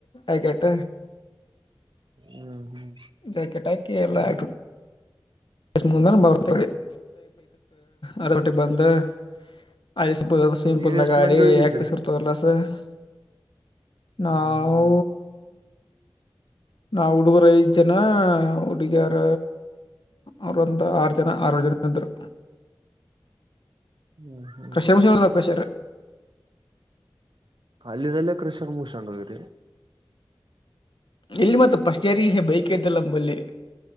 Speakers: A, on the left (about 80°); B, on the right (about 75°).
A: ಆಾಕೆಟ್ಟ
B: ಹ್ಮ್ ಹ್ಮ್
A: ಜಾಕೆಟ್ ಹಾಕಿ ಎಲ್ಲಾ <unintelligible> ಅರೊಟ್ಟಿಗೆ ಬಂದು <inaudible> <unintelligible>
B: ನೀವ್ ಎಷ್ಟ್
A: ಗಾಡಿ
B: ಮಂದಿ
A: <unintelligible>
B: ಹೋಗಿದ್ರಿ
A: <unintelligible> ನಾವು
B: ಹ್ಮ್ ಹ್ಮ್
A: ನಾ ಹುಡುಗರು ಐದು ಜನ ಹುಡುಗಿಯಾರ ಅವರುೊಂದು ಆರು ಜನ ಆರು ಜನ ಇದ್ರು
B: <unintelligible>
A: ಕೃಷಂಶ್ರು ಪ್ರ ಸರ್
B: ಅಲ್ಲಿದೆಲ್ಲೇ ಕೃಷ್ಣನ್ <unintelligible>
A: ಇಲ್ಲಿ ಮತ್ತ ಪಫಸ್ಟ್ ಯಾರ ಬೈಕ್ ್ದಲ್ಲ ನಂಬಲ್ಲಿ